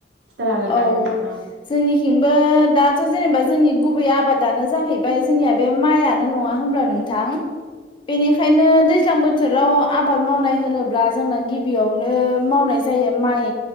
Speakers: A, on the right (about 70°); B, on the left (about 30°).
A: खिथानो हागोन
B: औ
A: दा नोंथाङा
B: जोंनिथिंबो दाथ' जेनेबा जोंनि गुबै आबादानो जाहैबाय जोंनिया बे माइयानो नङा होनब्ला नों थां बेनिखायनो दैज्लां बो थोराव आबाद मावनाय होनोब्ला जोंना गिबियावनो मावनाय जायो माइ